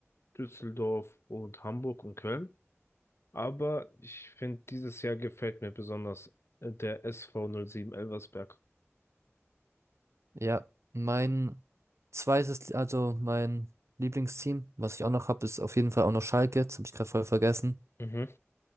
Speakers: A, on the left (about 60°); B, on the right (about 65°).
A: Düsseldorf und Hamburg und Köln. Aber ich finde, dieses Jahr gefällt mir besonders äh, der SV 07 Elversberg.
B: Ja, mein zweites, also mein Lieblingsteam, was ich auch noch habe, ist auf jeden Fall auch noch Schalke. Das habe ich gerade voll vergessen.
A: Mhm.